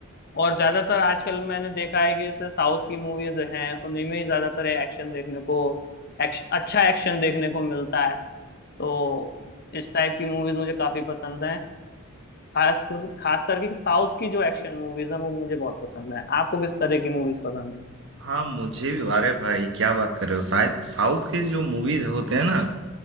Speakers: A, on the left; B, on the right.
A: और ज्यादातर आजकल मैंने देखा है कि जैसे साउथ की मूवीज हैं उन्हीं में ही ज्यादातर एक्शन देखने को एक्श, अच्छा एक्शन देखने को मिलता है तो इस टाइप की मूवीज मुझे काफी पसंद है खास खास करके साउथ की जो एक्शन मूवीज हैं वो मुझे बहुत पसंद है आपको किस तरह की मूवीज पसंद है
B: हाँ मुझे भी अरे भाई क्या बात कर रहे हो शायद साउथ के जो मूवीज होते हैं ना